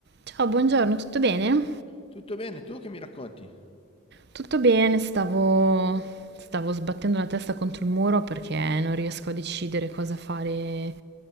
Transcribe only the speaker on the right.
Ciao, buongiorno, tutto bene?
Tutto bene, stavo, stavo sbattendo la testa contro il muro perché non riesco a decidere cosa fare